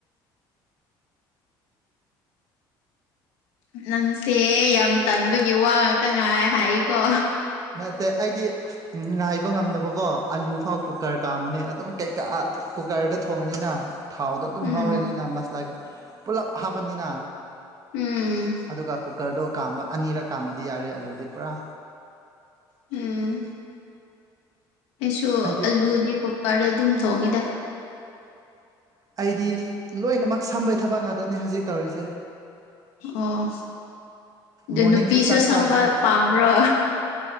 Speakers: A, on the left (about 85°); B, on the right (about 40°).
A: ꯅꯪꯁꯦ ꯌꯥꯝ ꯇꯟꯕꯒꯤ ꯋꯥ ꯉꯥꯛꯇ ꯉꯥꯏ ꯍꯥꯏꯀꯣ
B: ꯅꯠꯇꯦ ꯑꯩꯗꯤ ꯉꯥꯏꯕ ꯉꯝꯗꯅꯕꯀꯣ ꯑꯂꯨ ꯐꯥꯎ ꯀꯨꯀꯔ ꯀꯥꯝꯕꯅꯦ ꯑꯗꯨꯝ ꯀꯩꯀꯥ ꯀꯨꯀꯔꯗ ꯊꯣꯡꯉꯅꯤꯅ ꯊꯥꯎꯗ ꯑꯗꯨꯝ
A: ꯎꯝ
B: ꯉꯧꯔꯤꯅꯤꯅ ꯃꯁꯂꯥ ꯄꯨꯂꯞ ꯍꯥꯞꯄꯅꯤꯅ
A: ꯎꯝ
B: ꯑꯗꯨꯒ ꯀꯨꯀꯔꯗꯣ ꯀꯥꯝꯕ ꯑꯅꯤꯔꯛ ꯀꯥꯝꯕꯗꯤ ꯌꯥꯔꯦ ꯑꯂꯨꯗꯤ ꯄꯨꯔꯥ
A: ꯎꯝ ꯑꯩꯁꯨ
B: ꯑꯩꯗꯤ
A: ꯑꯂꯨꯗꯤ ꯀꯨꯀꯔꯗ ꯑꯗꯨꯝ ꯊꯣꯡꯉꯤꯗ
B: ꯑꯩꯗꯤ ꯂꯣꯏꯅꯃꯛ ꯁꯝꯕꯩ ꯊꯕꯛ ꯉꯥꯛꯇꯅꯦ ꯍꯧꯖꯤꯛ ꯇꯧꯔꯤꯁꯦ
A: ꯑꯣ ꯑꯗꯨ
B: ꯃꯣꯔꯅꯤꯡꯁꯨ
A: ꯅꯨꯄꯤꯁꯨ
B: ꯆꯥꯛ
A: ꯁꯝꯕ
B: ꯆꯥꯗꯦ
A: ꯄꯥꯝꯕ꯭ꯔꯣ